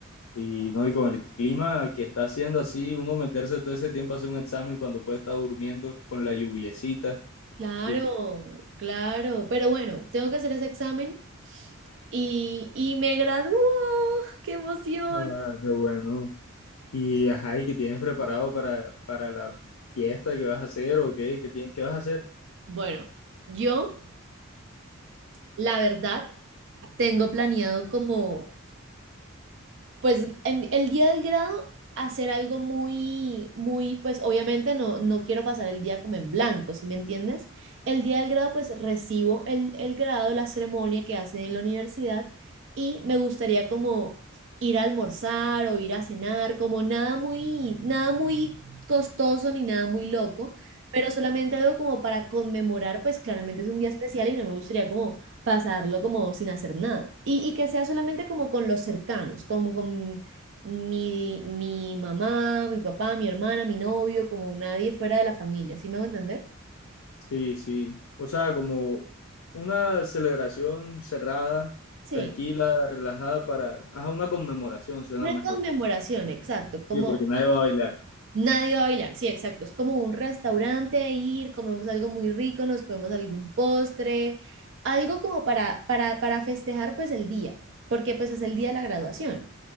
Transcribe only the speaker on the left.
Sí, no, y con el clima que está haciendo así, uno meterse todo ese tiempo a hacer un examen cuando puede estar durmiendo con la lluviecita.
Uf,
ah, qué bueno. Y ajá, ¿y qué tienes preparado para, para la fiesta que vas a hacer o qué? ¿Qué, tie- qué vas a hacer?
Sí, sí. O sea, como una celebración cerrada,
tranquila, relajada para... Ajá, una conmemoración suena
mejor.
Sí, porque nadie va a bailar.